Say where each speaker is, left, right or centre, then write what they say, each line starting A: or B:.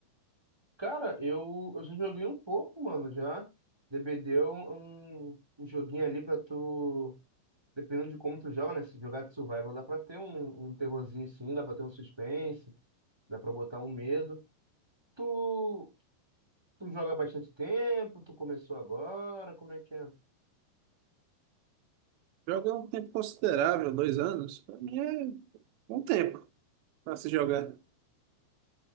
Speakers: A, on the right; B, on the right.
A: Cara, eu, eu já joguei um pouco, mano, já. DBD é um, um um joguinho ali pra tu... Dependendo de como tu joga, né? Se jogar de survival, dá pra ter um, um terrorzinho sim, dá pra ter um suspense, dá pra botar um medo. Tu, tu joga há bastante tempo? Tu começou agora? Como é que é?
B: Joga há um tempo considerável, dois anos, pra mim é um tempo pra se jogar.